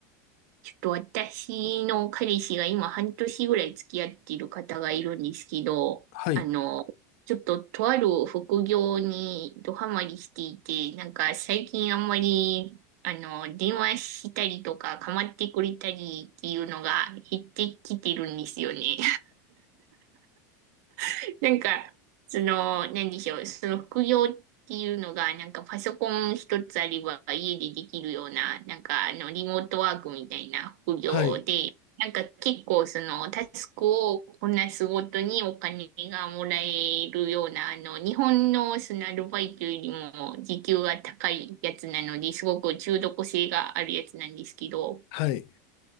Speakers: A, on the right; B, on the left.
A: ちょっと私の彼氏が今半年ぐらい付き合っている方がいるんですけど、
B: はい、
A: あの、ちょっととある副業にドハマりしていて、なんか最近あんまり、あの、電話したりとか構ってくれたりっていうのが減ってきてるんですよね。<laughs> なんか、その、何でしょう、その副業っていうのが、なんかパソコン一つあれば家でできるような、なんかあの、リモートワークみたいな副業で、
B: はい、
A: なんか結構その、タスクをこなすごとにお金がもらえるような、あの、日本のそのアルバイトよりも時給が高いやつなので、すごく中毒性があるやつなんですけど、
B: はい。